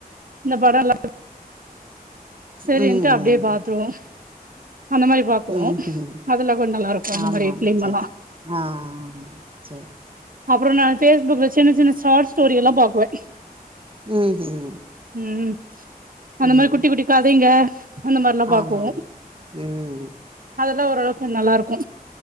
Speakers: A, on the right; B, on the right.
A: இந்த பட எல்லாத்துக்கு சேரின்ட்டு
B: ம்
A: அப்டியே பாத்துருவோ அந்த மாரி பாக்குவோ
B: ம் ம்
A: அதுல கொஞ்ச நல்லா இருக்கு அந்த
B: ஆமா
A: மாரி
B: ஆமா
A: ஃபிலிம்
B: சேரி
A: எல்லா
B: ஆ சேரி
A: அப்றோ நா ஃபேஸ்புக்ல சின்ன சின்ன ஷாட் ஸ்டோரியெல்லா பாக்குவே
B: ம் ம்
A: ம் அந்த
B: ம்
A: மாரி குட்டி குட்டி கதைங்க அந்த மார்லா பாக்குவோ
B: ஆமா ஆமா ம்
A: அதெல்லா ஓரளவுக்கு நல்லா இருக்கு